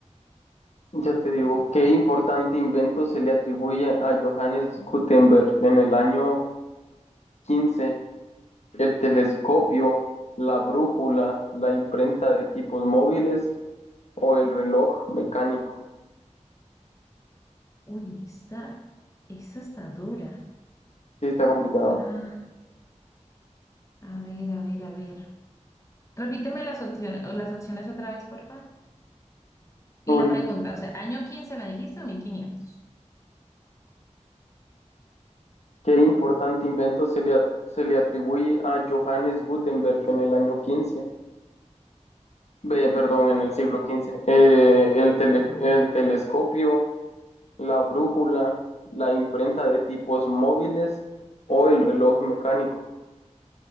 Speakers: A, on the left; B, on the left.
A: ya te digo, ¿qué importante invento se le atribuye a Johannes Gutenberg en el año quince El telescopio, la brújula, la imprenta de tipos móviles o el reloj mecánico.
B: Uy, esta, esta está dura.
A: Sí, está complicado.
B: Ah, a ver, a ver, a ver. Repíteme las opciones, las opciones otra vez, porfa. Y
A: Ahorita,
B: la pregunta, o sea, año quince me dijiste o 1500.
A: ¿Qué importante invento se le, a- se le atribuye a Johannes Gutenberg en el año quince Ve, perdón, en el siglo quince Eh, el tele-
B: Ah,
A: el telescopio, la brújula, la imprenta de tipos móviles o el reloj mecánico.